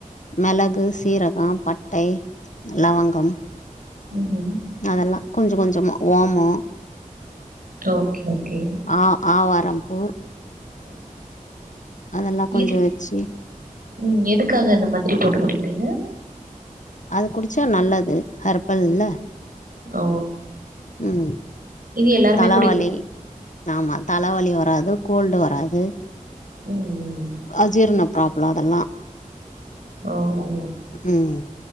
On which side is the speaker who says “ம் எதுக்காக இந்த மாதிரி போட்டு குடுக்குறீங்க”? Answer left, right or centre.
Right